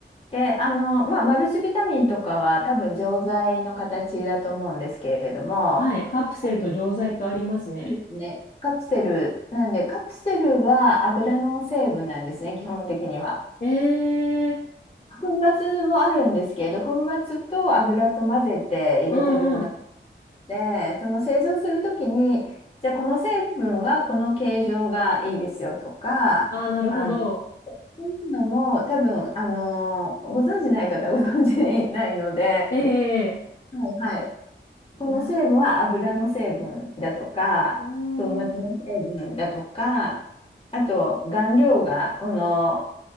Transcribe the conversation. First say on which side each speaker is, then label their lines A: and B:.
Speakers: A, on the left; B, on the left.
A: で、あの、まあ、マルチビタミンとかは多分錠剤の形だと思うんですけれども、
B: はい、カプセルと錠剤とありますね。
A: そうですね。カプセル、なんで、カプセルは油の成分なんですね、基本的には。
B: ええ
A: 粉末もあるんですけど、粉末と油と混ぜて入れてるような
B: うんうん。
A: で、その製造するときに、じゃあこの成分はこの形状がいいですよとか、
B: ああ、なるほど。
A: あの、そういうのも多分、あの、ご存じない方はご存じないので、
B: ええ
A: はいはい。この成分は油の成分だとか、
B: な、あー
A: 粉末の成分だとか、あと顔料がこの、